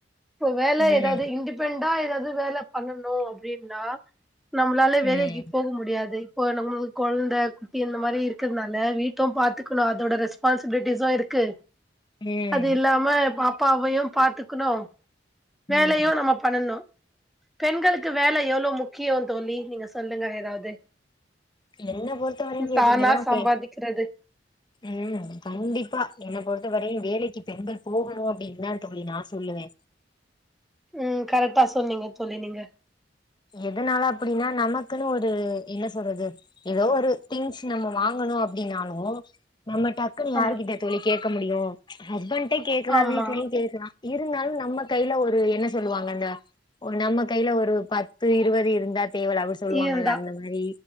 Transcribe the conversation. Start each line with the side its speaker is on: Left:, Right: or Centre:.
Centre: ப்போ வேல
Left: ம்
Centre: ஏதாவ்து இன்டிபென் டா எதாது வேல பண்ணனு அப்டின்னா நம்ளாலே
Left: ம்
Centre: வேலேக்கி போக முடியாதே ப்போ நம்ளுக்கு குழந்தை குட்டி இந்தமாரி இருக்கதுனால வீட்டு பாத்துக்கணு அதோட ரெஸ்பான்சிபிலிட்டி டிசோ இருக்கு
Left: ம்
Centre: அது இல்லாம பாப் ப்பாவையும் பாத்துக்குணும் வேலயு
Left: ம்
Centre: நம்ம பண்ணணு பெண்களுக்கு வேல எவ்ளோ முக்கியொ தோளி நீங்க சொல்லுங்க ஏதாவது
Left: என்ன பொறுத்த வரையும் கேட்டீங்கேன்னா
Centre: தானா சம்பாதிக்கிறது
Left: பே ம் கண்டிப்பா என்ன பொறுத்த வரையு வேலைக்கு பெண்கள் போகணு அப்படின்ந்தா தோழி நா சொல்லுவே
Centre: உம் கரெட்டா சொன்னீங்க தோளி நீங்க
Left: எதுனால அப்புடின்னா நமக்குன்னு ஒரு என்ன சொல்றது ஏதோ ஒரு திங்ஸ் நம்ம வாங்கணு அப்டின்னாலு நம்ம டக்குன்னு யாரு
Centre: ஆமா
Left: கிட்ட தோழி கேக்க முடியு ஹஸ்பண்டே கேக்குலா
Centre: ஆமா
Left: வீட்லயும் கேக்குலா இருந்தாலும் நம்ம கையில ஒரு என்ன சொல்லுவாங்க அந்த ஒரு நம்ம கையில ஒரு பத் <unintelligible> இருவது இருந்தா தேவல்ல அப்டி சொல்லுவாங்கல்ல
Centre: இருந்தா
Left: அந்த மாரி,